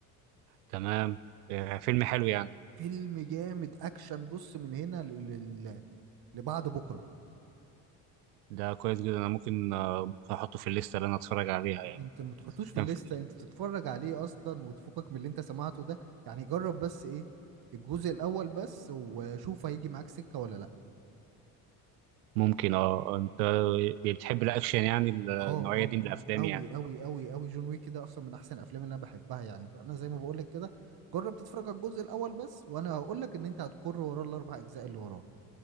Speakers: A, on the right; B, on the right.
A: تمام آه، فيلم حلو يعني
B: فيلم جامد اكشن بص من هنا ل- لل- لبعد بكره
A: ده كويس جدا أنا ممكن آه، ممكن أحطه في الليستة اللي أنا أتفرج عليها يعني
B: انت ما تحطوش في
A: كان
B: الليسته
A: في-
B: انت تتفرج عليه اصلا وتفكك من اللي انت سمعته ده يعني جرب بس ايه الجزء الاول بس وشوف هيجي معاك سكه ولا لا
A: ممكن أه أنت بتحب الأكشن يعني
B: اه
A: النوعية
B: اه
A: دي من الأفلام
B: آه، اوي
A: يعني
B: اوي اوي اوي جون ويك ده اصلا من احسن الافلام اللي انا بحبها يعني انا زي ما بقول لك كده جرب تتفرج على الجزء الاول بس وانا هقول لك ان انت هتكر وراه الاربع اجزاء اللي وراه